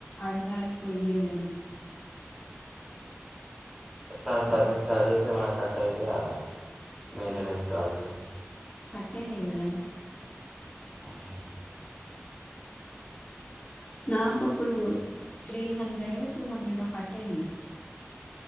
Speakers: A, on the left (about 30°); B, in the centre.
A: ఆడగారికి పోయక
B: ఎట్లా సర్వీస్ చార్జెస్ ఏమైనా కట్ అవుతయా దా మెయింటెనెన్స్ చార్జ్
A: టయినయి గదా
B: ఆహా
A: నాకుప్పుడు త్రీ హండ్రెడ్ టూ హండ్రెడ్ కట్టయినయి